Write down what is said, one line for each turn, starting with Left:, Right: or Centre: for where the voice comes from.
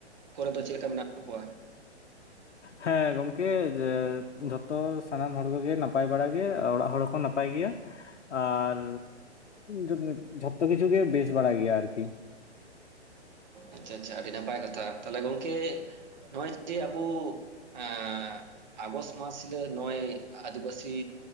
Right: ᱠᱚᱨᱮ ᱫᱚ ᱪᱮᱫ ᱞᱮᱠᱟ ᱢᱮᱱᱟᱜ ᱠᱚᱣᱟ?
Left: ᱦᱮᱸ ᱜᱚᱢᱠᱮ ᱡᱷᱚᱛᱚ ᱥᱟᱱᱟᱢ ᱦᱚᱲ ᱠᱚᱜᱮ ᱱᱟᱯᱟᱭ ᱵᱟᱲᱟ ᱜᱮ ᱚᱲᱟᱜ ᱦᱚᱲ ᱦᱚᱸᱠᱚ ᱱᱟᱯᱟᱭ ᱜᱮᱭᱟ᱾ ᱟᱨ ᱡᱚ ᱡᱷᱚᱛᱚ ᱠᱤᱪᱷᱩ ᱜᱮ ᱵᱮᱥ ᱵᱟᱲᱟ ᱜᱮᱭᱟ ᱟᱨᱠᱤ᱾
Right: ᱟᱪᱪᱷᱟ ᱟᱪᱪᱷᱟ ᱟᱹᱰᱤ ᱱᱟᱯᱟᱭ ᱠᱟᱛᱷᱟ ᱛᱟᱦᱞᱮ ᱜᱚᱝᱠᱮ ᱱᱚᱜ-ᱚᱭ ᱡᱮ ᱟᱵᱩ ᱮᱸᱻ ᱟᱜᱚᱥ ᱢᱟᱥ ᱦᱤᱞᱟᱹ ᱱᱚᱭ ᱟᱹᱫᱤᱵᱟᱹᱥᱤ